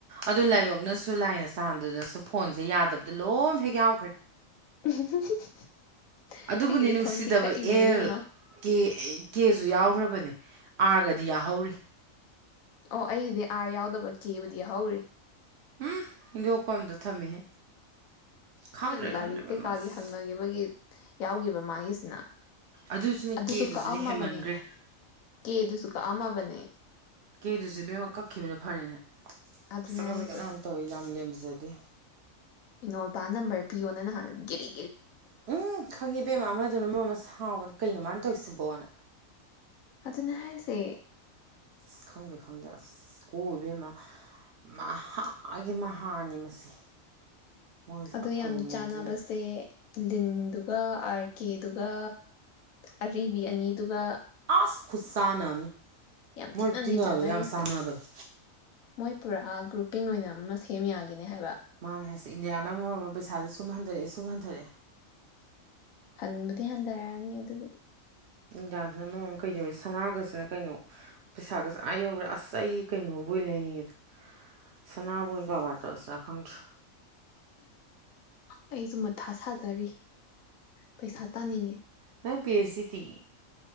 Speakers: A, on the right; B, on the left.
A: ꯑꯗꯨ ꯂꯥꯏꯕꯛꯅꯁꯨ ꯂꯥꯏꯅ ꯆꯥꯟ ꯑꯗꯨꯅꯁꯨ ꯐꯣꯟꯁꯦ ꯌꯥꯗꯕꯗ ꯂꯣꯏꯅ ꯍꯦꯛ ꯌꯥꯎꯈ꯭ꯔꯦ
B: <inaudible>
A: ꯑꯗꯨꯕꯨꯅꯦ
B: ꯑꯩꯒꯤꯗꯤ
A: ꯅꯨꯡꯁꯤꯗꯕ
B: ꯊꯑꯣꯏꯀꯤ ꯀꯛꯏꯅꯦ
A: ꯑꯦꯜ
B: ꯏꯕꯦꯝꯃ
A: ꯀꯦ ꯀꯦꯁꯨ ꯌꯥꯎꯈ꯭ꯔꯕꯅꯦ ꯑꯥꯔ ꯒꯗꯤ ꯌꯥꯍꯧꯔꯤ
B: ꯑꯣ ꯑꯩꯒꯤꯗꯤ ꯑꯥꯔ ꯌꯥꯎꯗꯕ ꯀꯦꯕꯨꯗꯤ ꯌꯥ ꯍꯧꯔꯤ
A: ꯎꯝ ꯏꯟꯊꯣꯛꯄ ꯑꯝꯗ ꯊꯝꯃꯤꯍꯦ ꯈꯪꯗ꯭ꯔꯦ
B: ꯂꯥꯏꯔꯤꯛ
A: ꯈꯪꯗ꯭ꯔꯦ ꯕꯦꯝꯃ
B: ꯀꯩꯀꯥꯒꯤ
A: ꯑꯁ
B: ꯍꯪꯅꯈꯤꯕꯒꯤ ꯌꯥꯎꯈꯤꯕ ꯃꯥꯒꯤꯁꯤꯅ ꯑꯗꯨ
A: ꯑꯗꯨꯁꯨꯅꯦ
B: ꯑꯗꯨ
A: ꯀꯦꯗꯨꯁꯨꯅꯦ
B: ꯁꯨꯈ ꯑꯃꯕꯅꯤ
A: ꯍꯦꯟꯃꯟꯈ꯭ꯔꯦ
B: ꯀꯦ ꯑꯗꯨ ꯁꯨꯈ ꯑꯃ ꯃꯅꯦ
A: ꯀꯦꯗꯨꯁꯦ ꯕꯦꯝꯃ ꯀꯛꯈꯤꯕꯅ ꯐꯔꯦꯅꯦ
B: ꯑꯗꯨꯅꯦ
A: ꯁꯀꯠ
B: ꯍꯥꯏꯁꯦ
A: ꯁꯀꯠ ꯌꯥꯝ ꯇꯧꯋꯤ ꯌꯥꯝ ꯂꯦꯝꯖꯗꯤ
B: ꯉꯣꯜꯇ ꯅꯝꯕꯔ ꯄꯤꯌꯣꯅ ꯅꯍꯥꯟꯒꯤꯔꯤ
A: ꯎꯝ ꯈꯪꯉꯤꯕꯦꯝ ꯑꯃꯗꯨꯅ ꯃꯔ ꯑꯃ ꯁꯥꯎꯕꯅ ꯀꯩꯅꯣ ꯃꯥꯥꯏꯅ ꯇꯧꯁꯤꯕꯣꯅ
B: ꯑꯗꯨꯅ ꯍꯥꯏꯁꯦ
A: ꯑꯁ ꯈꯪꯗꯦ ꯈꯪꯗꯦ ꯑꯁ ꯀꯣꯏꯕ ꯑꯃ ꯃꯍꯥꯛꯀꯤꯥꯒꯤ ꯃꯍꯥꯅꯤ ꯃꯁꯤ ꯃꯣꯏꯁꯦ
B: ꯑꯣ
A: ꯑꯐꯕ
B: ꯌꯥꯝ
A: ꯃꯤ
B: ꯆꯥꯟꯅꯕꯁꯦ
A: ꯑꯝꯇ ꯅꯠꯇꯦ
B: ꯗꯤꯟꯗꯨꯒ ꯑꯥꯔ ꯀꯦꯗꯨꯒ ꯑꯔꯤꯕꯤ ꯑꯅꯤꯗꯨꯒ
A: ꯑꯥꯁꯈ ꯈꯨꯠ ꯁꯥꯟꯅ
B: ꯌꯥꯝ
A: ꯃꯣꯏ
B: ꯊꯤꯅꯅꯦ
A: ꯇꯤꯟꯅꯕꯗ
B: ꯆꯥꯟꯅꯔꯤꯁꯦ
A: ꯌꯥꯝ ꯁꯥꯟꯅꯕꯅꯦ
B: ꯃꯣꯏ ꯄꯨꯔꯥ ꯒ꯭ꯔꯨꯄꯤꯡ ꯑꯣꯏꯅ ꯑꯃ ꯁꯦꯝ ꯌꯥꯈꯤꯅꯦ ꯍꯥꯏꯕ
A: ꯃꯥꯅ ꯍꯥꯏꯁꯦ ꯏꯟꯗꯤꯌꯥ ꯅ ꯃꯔꯝ ꯑꯃ ꯄꯩꯁꯥꯁꯦ ꯁꯨꯝ ꯍꯟꯊꯔꯛꯑꯦ ꯁꯨꯝ ꯍꯟꯊꯔꯛꯑꯦ
B: ꯍꯟꯕꯨꯗꯤ ꯍꯟꯊꯔꯛꯅꯤ ꯑꯗꯨꯕꯨꯗꯤ
A: ꯏꯟꯗꯤꯌꯥꯁꯤꯅ ꯃꯃꯝ ꯑꯃ ꯀꯩꯗꯧꯔꯦ ꯁꯅꯥꯒꯁꯤꯅ ꯀꯩꯅꯣ ꯄꯩꯁꯥꯒꯁꯤ ꯑꯥ ꯌꯧꯈ꯭ꯔꯦ ꯑꯁ ꯑꯩ ꯀꯩꯅꯣꯕꯨ ꯑꯣꯏꯅ ꯂꯩꯅꯤꯡꯉꯦꯗ ꯁꯅꯥꯕꯨꯣꯏ ꯀꯔꯕꯥꯔ ꯇꯧꯁꯤꯔꯥ ꯈꯪꯗ꯭ꯔꯦ
B: ꯑꯩꯁꯨ ꯃꯊꯥ ꯁꯥꯖꯔꯤ ꯄꯩꯁꯥ ꯇꯥꯅꯤꯡꯉꯦ
A: ꯅꯪ ꯄꯁꯇꯤ